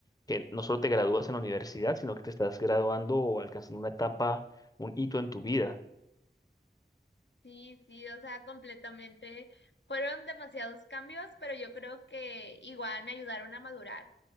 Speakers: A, on the left (about 20°); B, on the left (about 80°).
A: que no solo te gradúas en la universidad, sino que te estás graduando o alcanzando una etapa, un hito en tu vida.
B: Sí, sí, o sea, completamente. Fueron demasiados cambios, pero yo creo que igual me ayudaron a madurar.